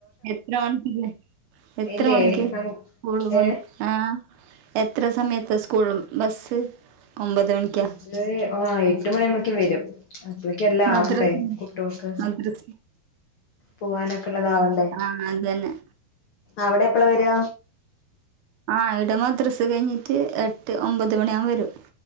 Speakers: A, on the right; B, on the left.
A: എത്ര മണിക്കില്ലേ എത്ര
B: ഇല്ലേ
A: മണിക്ക്
B: നമു
A: സ്കൂൾന്ന്
B: ഏ
A: വന്നു ആഹ് എത്ര സമയത്ത് സ്കൂൾ ബസ്സ് ഒമ്പത് മണിക്കാ
B: ഇത് വൈകിട്ട് ആവുമ്പഴേക്കു വരും അപ്പളക്ക് എല്ലാം
A: മദ്രസ
B: ആവണ്ടേ കുട്ടിയോൾക്ക്
A: മദ്രസ
B: പോവാനൊക്കെ ഉള്ളതാവണ്ടേ
A: ആ അതന്നെ
B: അവിടെ എപ്പള വരുക
A: ആഹ് ഇവിടെ മദ്രസ് കഴിഞ്ഞിട്ട് എട്ട് ഒമ്പത് മണിയാകുമ്പം വരും